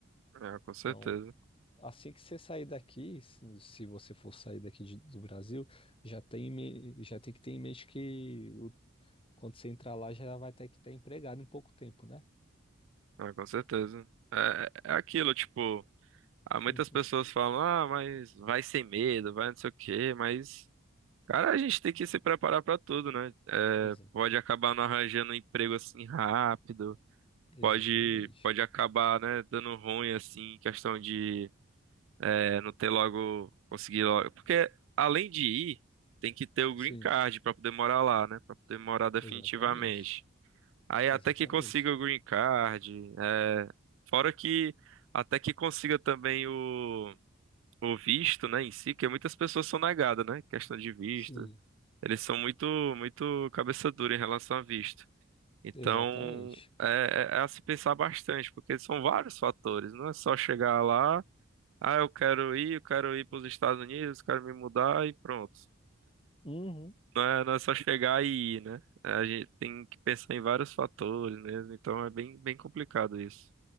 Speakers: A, on the right; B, on the left.
A: É, com certeza,
B: Então, assim que você sair daqui, se se você for sair daqui de- do Brasil, já tem, em me- já tem que ter em mente que quando você entrar lá, já vai ter que estar empregado em pouco tempo, né?
A: é, com certeza. É, é é aquilo, tipo, há muitas
B: Uhum.
A: pessoas falam, ah, mas vai sem medo, vai não sei o quê, mas. Cara, a gente tem que se preparar pra tudo, né? É,
B: Exata-
A: pode acabar não arranjando um emprego assim rápido,
B: Exatamente.
A: pode, pode acabar, né, dando ruim assim, questão de é, não ter logo, conseguir logo. Porque além de ir, tem que ter o
B: Sim,
A: green card pra poder morar lá, né? Pra poder morar definitivamente.
B: exatamente.
A: Aí
B: Exatamente.
A: até que consiga o green card, é, fora que até que consiga também o, o visto, né, em si, que muitas pessoas são negadas, né? Questão de visto.
B: Sim,
A: Eles são muito, muito cabeça dura em relação a visto. Então,
B: exatamente.
A: é, é- é a se pensar bastante, porque são vários fatores. Não é só chegar lá, ah, eu quero ir, eu quero ir para os Estados Unidos, quero me mudar e pronto.
B: Uhum.
A: Não é, não é só chegar e ir, né? É, A gente tem que pensar em vários fatores mesmo, então é bem, bem complicado isso.